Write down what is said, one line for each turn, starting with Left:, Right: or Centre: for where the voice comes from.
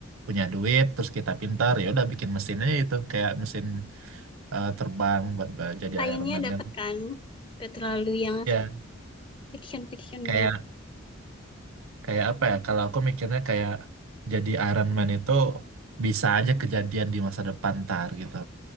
Right: punya duit terus kita pinter ya udah bikin mesinnya itu kayak mesin eh, terbang buat eh, jadi
Left: lainnya
Right: Iron Man
Left: dapat
Right: kan.
Left: kan. Nggak terlalu yang
Right: Ya
Left: fiction-fiction
Right: kayak
Left: banget.
Right: kayak apa ya? Kalau aku mikirnya kayak jadi Iron Man itu bisa aja kejadian di masa depan ntar gitu.